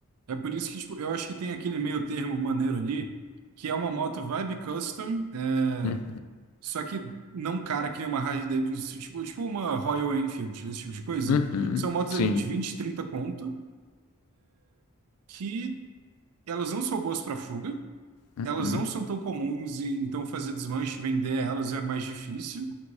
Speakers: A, on the right; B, on the left.
A: É por isso que tipo, eu acho que tem aquele meio termo maneiro ali, que é uma moto vibe custom, é,
B: Uhum,
A: Só que não um cara que nem uma Harley Davidson, tipo, tipo uma Royal Enfield, esse tipo de coisa.
B: uhum,
A: São motos
B: sim.
A: ali de 20, 30 conto, que elas não são boas para fuga,
B: uhum.
A: elas não são tão comuns, e então fazer desmanche, vender elas é mais difícil.